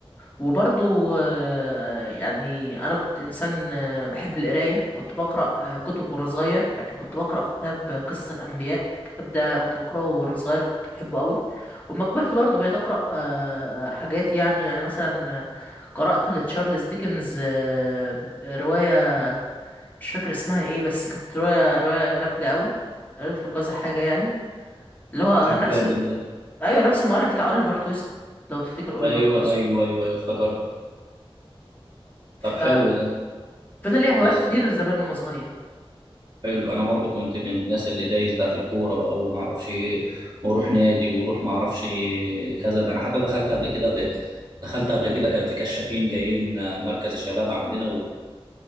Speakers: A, on the left; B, on the right.
A: وبرضو آه، يعني انا كنت انسان آه، بحب القرايه كنت بقرا آه، كتب وانا صغير يعني كنت بقرا كتاب آه، قصص الانبياء الكتاب ده كنت بقراه وانا صغير كنت بحبه قوي وما كبرت برضو بقيت اقرا آه، آه، حاجات يعني يعني مثلا آه، قرات لتشارلز ديكنز آه، روايه مش فاكر اسمها ايه بس كانت روايه روايه جامده قوي قريت له كذا حاجه يعني اللي هو
B: طب
A: نفس
B: جامد
A: ال...
B: ده
A: ايوه نفس المؤلف بتاع اوليفر تويست لو تفتكر اوليفر
B: ايوه
A: تويست
B: ايوه ايوه أيوة، افتكرت
A: ف
B: طب حلو ده
A: فانا ليا هوايات
B: بس
A: كتير زمان وانا صغير
B: حلو انا برضو كنت من الناس اللي دايس بقى في الكورة بقى وما اعرفش ايه واروح نادي واروح ما اعرفش كذا ده انا حتى دخلت قبل كده ب... دخلت قبل كده كان في كشافين جايين آه، مركز الشباب عندنا